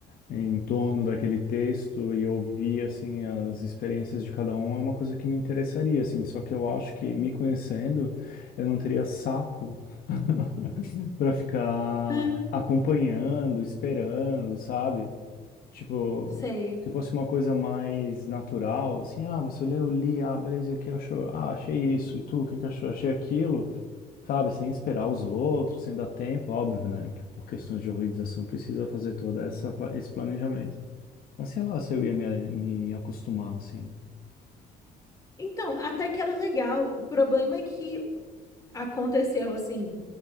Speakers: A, on the left (about 60°); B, on the left (about 20°).
A: em torno daquele texto e ouvir, assim, as experiências de cada um, é uma coisa que me interessaria, assim. Só que eu acho que, me conhecendo, eu não teria saco <laughs> para ficar
B: Ah,
A: acompanhando, esperando, sabe? Tipo,
B: sei.
A: se fosse uma coisa mais natural, assim, ah, você leu, li, ah, beleza, e o que achou? Ah, achei isso, e tu, o que que achou? Achei aquilo, sabe? Sem esperar os outros, sem dar tempo, óbvio, né? Que por questões de organização precisa fazer toda essa, pla- esse planejamento. Mas sei lá se eu ia me, me acostumar, assim.
B: Então, até que era legal. O problema é que aconteceu assim,